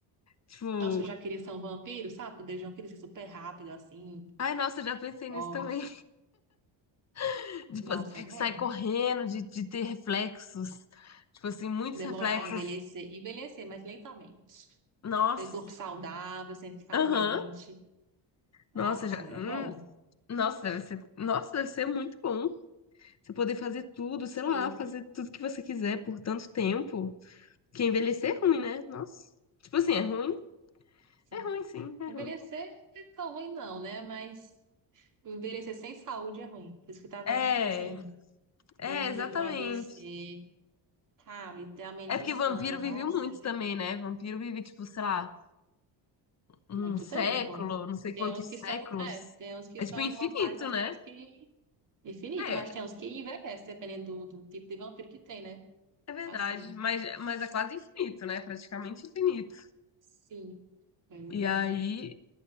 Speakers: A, on the left; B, on the right.
A: Tipo,
B: Nossa, eu já queria ser um vampiro, sabe? Poder de vampiro ser super rápido assim.
A: ai, nossa, eu já pensei
B: Ó,
A: nisso também. <laughs> Tipo,
B: nossa,
A: assim,
B: é bom.
A: de sair correndo, de, de ter reflexos. Tipo assim, muitos
B: Demorar
A: reflexos.
B: a envelhecer, envelhecer, mas lentamente.
A: Nossa,
B: Ter corpo saudável, sem ficar
A: aham.
B: doente. Nossa,
A: Nossa, já.
B: é
A: hum,
B: bom.
A: nossa, deve ser. Nossa, deve ser muito bom. Você poder fazer tudo,
B: Sim.
A: sei lá, fazer tudo que você quiser por tanto tempo. Porque envelhecer é ruim, né? Nossa. Tipo assim, é ruim?
B: sim.
A: É ruim, sim, é
B: Envelhecer
A: ruim.
B: não é tão ruim não, né? Mas envelhecer sem saúde é ruim. Por isso que eu tava,
A: É,
B: tipo assim,
A: é,
B: não,
A: exatamente.
B: de- não adoecer, sabe? Ter a mente
A: É porque
B: sã.
A: vampiro
B: Nossa,
A: viveu muito
B: ia ser
A: também,
B: tudo.
A: né? Vampiro vive, tipo, sei lá, um
B: Muito
A: século,
B: tempo.
A: não sei
B: Tem
A: quantos
B: uns que são,
A: séculos.
B: é, tem uns que
A: É,
B: são
A: tipo, infinito,
B: imortais, mas
A: né?
B: tem uns que Infinito,
A: É,
B: mas tem uns que envelhecem, dependendo do, do tipo de vampiro que tem, né?
A: é verdade.
B: Assim,
A: Mas, mas é quase infinito, né? Praticamente infinito.
B: sim. Pois
A: E
B: é.
A: aí,